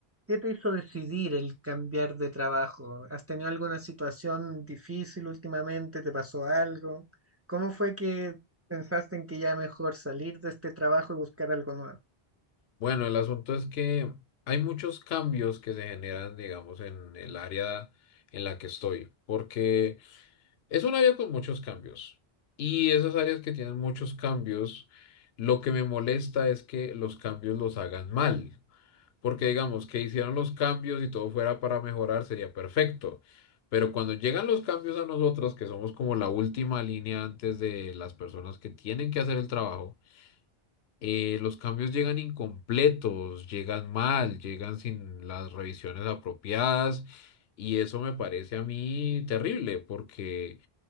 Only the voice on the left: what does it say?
Bueno, el asunto es que hay muchos cambios que se generan, digamos, en el área en la que estoy, porque es un área con muchos cambios. Y esas áreas que tienen muchos cambios, lo que me molesta es que los cambios los hagan mal, porque digamos que hicieron los cambios y todo fuera para mejorar, sería perfecto. Pero cuando llegan los cambios a nosotros, que somos como la última línea antes de las personas que tienen que hacer el trabajo, eh, los cambios llegan incompletos, llegan mal, llegan sin las revisiones apropiadas y eso me parece a mí terrible porque